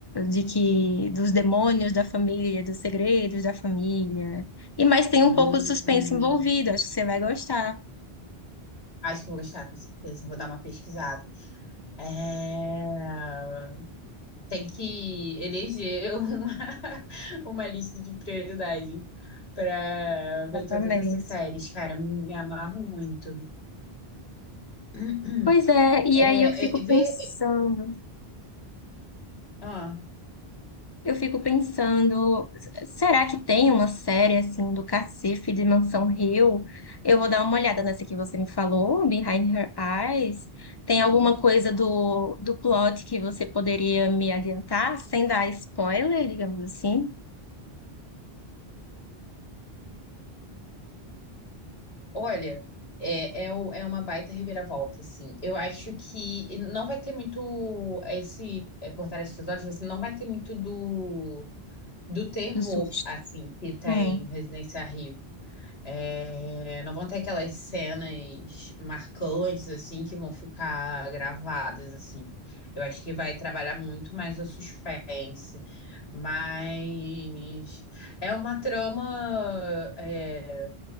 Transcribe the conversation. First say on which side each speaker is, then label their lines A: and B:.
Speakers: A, on the left; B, on the left.
A: de que dos demônios da família, dos segredos da família. E mas tem
B: hum.
A: um pouco de suspense envolvido, acho que você vai gostar.
B: Acho que eu vou gostar, com certeza. Vou dar uma pesquisada. É, Tem que eleger <laughs> uma, uma lista de prioridades para ver
A: Exatamente.
B: todas essas séries, cara. Eu Me amarro muito. <clears throat>
A: Pois é, e
B: É,
A: aí eu fico
B: é, é, ver.
A: pensando.
B: Ah.
A: Eu fico pensando, será que tem uma série assim do Cacife de Mansão Hill? Eu vou dar uma olhada nessa que você me falou, Behind Her Eyes. Tem alguma coisa do, do plot que você poderia me adiantar, sem dar spoiler, digamos assim,
B: Olha, é, é, o- é uma baita reviravolta, assim. Eu acho que não vai ter muito esse é, Por Trás dos Olhos, você não vai ter muito do, do terror,
A: do susto?
B: assim, que tem
A: Hum,
B: Residência Rio. É, não vão ter aquelas cenas marcantes, assim, que vão ficar gravadas, assim. Eu acho que vai trabalhar muito mais o suspense, mas é uma trama é,